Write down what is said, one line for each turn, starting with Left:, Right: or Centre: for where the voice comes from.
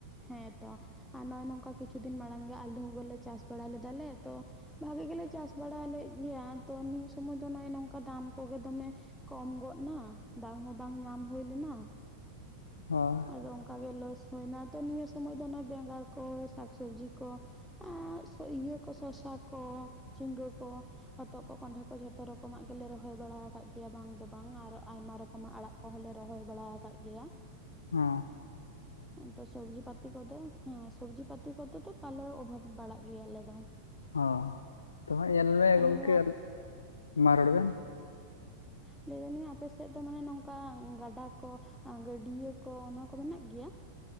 Centre: ᱦᱮᱸᱛᱚ᱾ ᱟᱨ ᱱᱚᱜᱼᱚᱭ ᱱᱚᱝᱠᱟ ᱠᱤᱪᱷᱩ ᱫᱤᱱ ᱢᱟᱲᱟᱝ ᱜᱮ ᱟᱹᱞᱩ ᱠᱚᱞᱮ ᱪᱟᱥ ᱵᱟᱲᱟ ᱞᱮᱫᱟᱞᱮ ᱛᱚ ᱵᱷᱟᱜᱮ ᱜᱮᱞᱮ ᱪᱟᱥ ᱵᱟᱲᱟ ᱞᱮᱫ ᱜᱮᱭᱟ ᱛᱚ ᱱᱤᱭᱟᱹ ᱥᱚᱢᱚᱭ ᱫᱚ ᱱᱚᱜᱼᱚᱭ ᱱᱚᱝᱠᱟ ᱫᱟᱢ ᱠᱚᱜᱮ ᱫᱚᱢᱮ ᱠᱚᱢ ᱜᱚᱫ ᱮᱱᱟ ᱫᱟᱢ ᱦᱚᱸ ᱵᱟᱝ ᱧᱟᱢ ᱦᱩᱭ ᱞᱮᱱᱟ᱾
Left: ᱦᱚᱭ᱾
Centre: ᱟᱫᱚ ᱚᱱᱠᱟ ᱜᱮ ᱞᱚᱥ ᱦᱩᱭᱱᱟ ᱛᱚ ᱱᱤᱭᱟᱹ ᱥᱚᱢᱚᱭ ᱫᱚ ᱱᱚᱜᱼᱚᱭ ᱵᱮᱸᱜᱟᱲ ᱠᱚ ᱥᱟᱠ ᱥᱚᱵᱽᱡᱤ ᱠᱚ ᱟᱨ ᱥᱚ ᱤᱭᱟᱹ ᱠᱚ ᱥᱚᱥᱟ ᱠᱚ ᱡᱷᱤᱸᱜᱟᱹ ᱠᱚ ᱦᱚᱛᱚᱫ ᱠᱚ ᱠᱚᱸᱰᱷᱟ ᱠᱚ ᱡᱷᱚᱛᱚ ᱨᱚᱠᱚᱢᱟᱜ ᱜᱮᱞᱮ ᱨᱚᱦᱚᱭ ᱵᱟᱲᱟ ᱠᱟᱜ ᱜᱮᱭᱟ ᱵᱟᱝ ᱫᱚ ᱵᱟᱝ ᱟᱨᱚ ᱟᱭᱢᱟ ᱨᱚᱠᱚᱢᱟᱜ ᱟᱲᱟᱜ ᱠᱚᱦᱚᱸ ᱞᱮ ᱨᱚᱦᱚᱭ ᱵᱟᱲᱟ ᱟᱠᱟᱫ ᱜᱮᱭᱟ᱾
Left: ᱚ᱾
Centre: ᱚᱱᱛᱮ ᱥᱚᱵᱽᱡᱤ ᱯᱟᱛᱤ ᱠᱚᱫᱚ ᱦᱮᱸ ᱥᱚᱵᱽᱡᱤ ᱯᱟᱛᱤ ᱠᱚᱫᱚ ᱛᱚ ᱵᱟᱞᱮ ᱚᱵᱷᱟᱵᱽ ᱵᱟᱲᱟᱜ ᱜᱮᱭᱟ ᱟᱞᱮ ᱫᱚ᱾
Left: ᱚ, ᱛᱚ ᱦᱟᱸᱜ ᱧᱮᱞᱢᱮ
Centre: ᱛᱟᱦᱚᱞᱮ
Left: ᱜᱚᱝᱠᱮ,
Centre: ᱢᱟᱱᱮ
Left: ᱢᱟ ᱨᱚᱲ ᱵᱮᱱ
Centre: ᱞᱟᱹᱭ ᱫᱟᱞᱤᱧ ᱟᱯᱮ ᱥᱮᱫ ᱫᱚ ᱢᱟᱱᱮ ᱱᱚᱝᱠᱟ ᱜᱟᱰᱟ ᱠᱚ ᱜᱟᱹᱰᱭᱟᱹ ᱠᱚ ᱚᱱᱟ ᱠᱚ ᱢᱮᱱᱟᱜ ᱜᱮᱭᱟ?